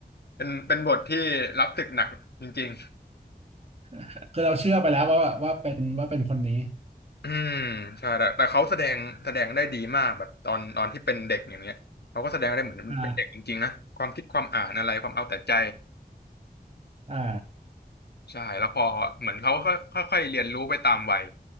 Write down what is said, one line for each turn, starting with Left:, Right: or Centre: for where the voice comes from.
Left: เป็นเป็นบทที่รับศึกหนักจริง
Right: <laughs> คือเราเชื่อไปแล้วว่าว่าเป็นว่าเป็นคนนี้
Left: ๆอืมใช่แต่แต่เขาแสดงแสดงได้ดีมากแบบตอนตอนที่เป็นเด็กอย่างเงี้ยเขาก็แสดงได้เหมือนเป็นเด็กจริงๆนะความคิดความอ่านอะไรความเอาแต่ใจ
Right: อ่าอ่า
Left: ใช่แล้วพอเหมือนเขาก็ค่อยค่อยๆเรียนรู้ไปตามวัย